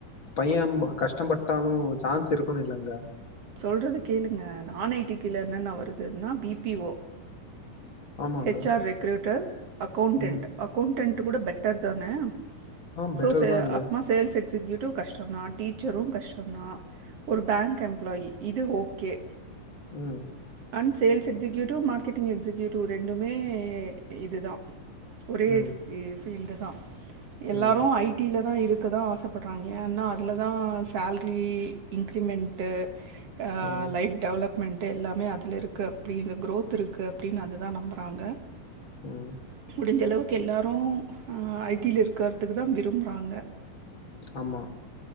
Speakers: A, on the left (about 40°); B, on the right (about 55°).
A: பையம் கஷ்டம்பட்டாலு சான்ஸ் இருக்குனு இல்லங்க
B: சொல்றது கேளுங்க நான் ஐ டி கீழ என்னென்ன வருதுன்னா பி பி ஓ
A: ஆமாங்க
B: ஹச் ஆர் ரெகரேட்டர் அக்கௌண்டெண்ட்
A: ம்
B: அக்கௌண்டெண்ட் கூட பெட்டர் தான
A: ஆ பெட்டர்
B: சோஸ்சு
A: தாங்க
B: அடமாஸ் சேல்ஸ் எக்ஸிகயூட்டிவ் கஷ்டோ தா டீச்சரு கஷ்டோ தா‌ ஒரு பேங்க் எம் ப்பிலாயி இது ஓகே
A: ம்
B: and sales executive marketing executive ரெண்டுமே இது தா ஒரே
A: ம்
B: இ ஃபீல்டு தா எல்லாரு
A: ம்
B: ஐ டில தா இருக்கதா ஆசப்படுறாங்க ஏன்னா அதுல தா சேல்ரி இன்கிரிமெண்ட் டு ஆ
A: ம்
B: லைஃப் டெவலப்மெண்ட்டு எல்லாமே அதுல இருக்கு அப்டி இந்த க்ரோத் இருக்கு அப்டின்னு அததா நம்பறாங்க
A: ம்
B: முடிஞ்ச அளவுக்கு எல்லாரு ஐ டியில இருக்கறதுக்கு தா விரும்பறாங்க
A: ஆமா